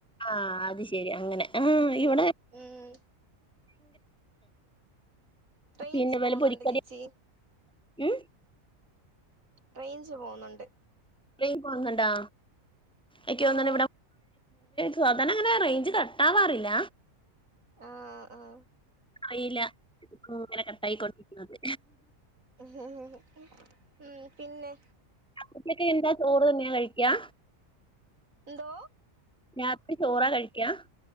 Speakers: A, in the centre; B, on the right.
A: ആഹ അത് ശെരി അങ്ങനെ ആഹ
B: ഉം
A: ഇവിടെ
B: ഉം റേഞ്ച്
A: പിന്നെ വല്ല
B: പോകുന്നുണ്ട്
A: പൊരിക്കട
B: ചേച്ചി
A: ഉം
B: റെയിൻച് പോകുന്നുണ്ട്.
A: എജ് പോന്നണ്ടാ ഒക്കന്ന
B: ആഹ്
A: ഇവിടെ സാധരണ അങ്ങനെ റേഞ്ച് കട്ടാവാറില്ല
B: ആഹ അഹ്
A: അറിയില്ല ഇങ്ങനെ കട്ടായി കൊണ്ടിരിക്കുന്നത്
B: ഉ ഉ പിന്നെ
A: ഉച്ചക്ക് എന്താ ചോറ് തന്നെയാ കഴിക്കാ
B: എന്തോ
A: രാത്രി ചോറ കഴിക്കാ